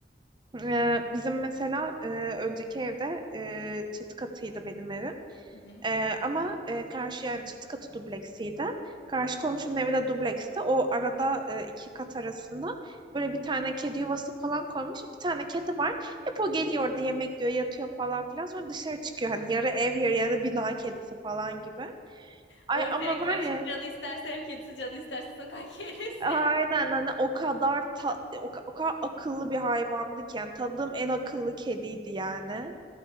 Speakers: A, on the right (about 25°); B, on the left (about 85°).
A: Ee, bizim mesela e, önceki evde e, çatı katıydı benim evim.
B: Hı hı.
A: Ee, ama e, karşı yani çatı katı dubleksiydi. Karşı komşunun evi de dubleksti. O arada e, iki kat arasında böyle bir tane kedi yuvası falan koymuş. Bir tane kedi var. Hep o geliyor orada yemek yiyor, yatıyor falan filan. Sonra dışarı çıkıyor. Hani yarı ev, yarı, yarı bina kedisi falan gibi. Ay
B: Ortaya
A: ama
B: karışık
A: var ya
B: canı isterse ev kedisi, canı isterse sokak kedisi.
A: aynen hani o kadar ta- o, ka- o kadar akıllı bir hayvandı ki yani tanıdığım en akıllı kediydi yani.